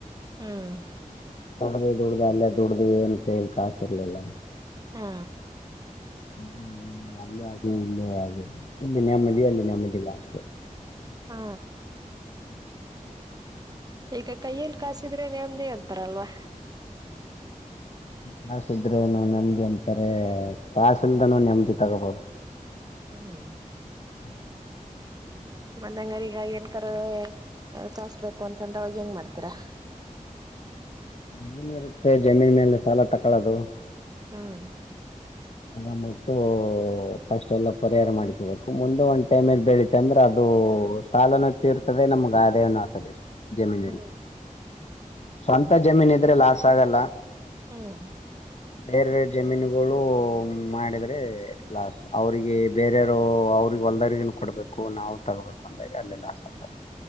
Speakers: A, on the right; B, on the left.
A: ಹ್ಮ್
B: ದುಡ್ದ್ ದುಡ್ದು ಅಲ್ಲೇ ದುಡ್ದು ಏನೂ ಕೈಲಿ ಕಾಸಿರ್ಲಿಲ್ಲ
A: ಹಾ
B: ಹ್ಮ್ ಅಲ್ಲೂ ಆಗೆ ಇಲ್ಲೂ ಆಗೆ ಇಲ್ಲಿ ನೆಮ್ಮದಿ ಅಲ್ಲಿ ನೆಮ್ಮದಿ ಇಲ್ಲ ಅಷ್ಟೆ.
A: ಹಾ ಈಗ ಕೈಯಲ್ಲಿ ಕಾಸಿದ್ರೆ ನೆಮ್ಮದಿ ಅಂತಾರಲ್ವಾ.
B: ಕಾಸು ಇದ್ರೆನು ನೆಮ್ಮದಿ ಅಂತಾರೆ ಕಾಸು ಇಲ್ದಾನೂ ನೆಮ್ಮದಿ ತಗೋಬಹುದು.
A: ಹ್ಮ
B: <unintelligible>
A: ಮನೆಯಾವರೀಗಾಗಿ ಏನ್ ಕರೆ ಕಾಸ್ ಬೇಕು ಅಂತಂದ್ರೆ ಅವಾಗ ಏನ್ ಮಾಡ್ತೀರಾ.
B: ಜಮೀನು ಇರುತ್ತೆ ಜಮೀನ ಮೇಲೆ ಸಾಲ ತಕೊಳ್ಳೋದು.
A: ಹ್ಮ್
B: ತಗೊಬುಟ್ಟು ಫಸ್ಟ್ ಎಲ್ಲಾ ಪರಿಹಾರ ಮಾಡ್ಕಬೇಕು ಮುಂದೆ ಒಂದ್ ಟೈಮ್ ಅಲ್ಲಿ ಬೆಳಿತು ಅಂದ್ರೆ ಅದೂ ಸಾಲನ್ನು ತಿರ್ತದೆ ನಮ್ಗೆ ಆದಾಯನ್ನು ಆಗ್ತದೆ ಜಮೀನಲ್ಲಿ.
A: ಹ್ಮ್
B: ಸ್ವಂತ ಜಮೀನ್ ಇದ್ರೆ ಲಾಸ್ ಆಗಲ್ಲ.
A: ಹ್ಮ್
B: ಬೇರೆ ಜಮೀನುಗಳು ಮಾಡಿದ್ರೆ ಲಾಸ್ ಅವ್ರಿಗೆ ಬೇರೆಯವರು ಅವ್ರಿಗೆ ಹೊಲ್ದ್ರಗನ್ ಕೊಡ್ಬೇಕು ನಾವು ತಗಬೇಕು. ಂದ ಅಲ್ಲಿಲ್ಲ ಆ <unintelligible>